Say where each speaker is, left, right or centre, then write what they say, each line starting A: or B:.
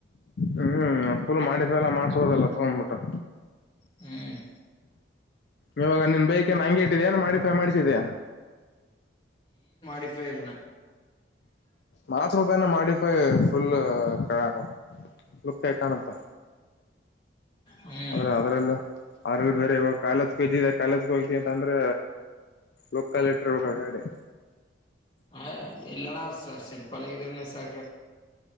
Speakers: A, on the left; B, on the left.
A: ಹ್ಮ್ ಫುಲ್ ಮಾಡಿಫಲ್ಲ ಮಾಡ್ಸಬೋದಲ್ಲ ತಗೊಂಡ್ಬಿಟ್ಟು
B: ಹ್ಮ್
A: ಇವಾಗ ನಿನ್ ಬೈಕನ್ ಹಂಗಗೆ ಇಟ್ಟಿದೆ ಏನ ಮೋಡಿಫ್ಯ್ ಮಾಡಿಸಿದಯ
B: ಡಿಫೈನ
A: ಮಾತ್ ಸ್ವಲ್ಪ ಏನ ಮಾಡಿಪೈ ಫುಲ್ ಹ ಹ ಲುಪ್ತಾಯ ಕಾಣಂತ
B: ಹ್ಮ್
A: ಆದ್ರೆ ಅದ್ರಲ್ಲ ಅದ್ರಲ್ಲಿ ಬೇರೆ ಇವಾಗ ಕಾಯಲೆ ಬಿದೆ ಕಾಲೇಜಗೆ ಹೋಗತಿ ಅಂತ ಅಂದ್ರ ಲೊಕಾಲಿಟ್ರ ಹೋಗ ಗಾಡಿ
B: ಹ ಇಲ್ಲಣಸ ಸಿಂಪಲ್ ಆಗಿದ್ರನೆ ಸಾಕ